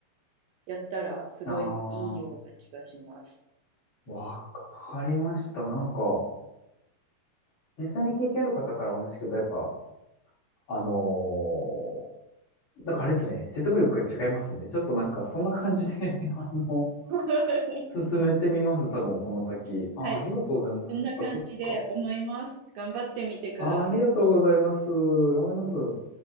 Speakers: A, on the right (about 85°); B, on the left (about 70°).
A: やったらすごいいいような気がします。
B: ああ、わかりました。なんか、実際に経験ある方からお話聞くと、やっぱ、あのー、なんかあれですね、説得力が違いますね。ちょっとなんかそんな感じで <laughs> あの、
A: <laughs>
B: 進めてみます。多分この先。あ、
A: はい、
B: ありがとうございます。
A: そんな感じで思います。
B: そっかそっか。
A: 頑張ってみてください。
B: あ、ありがとうございます。頑張ります。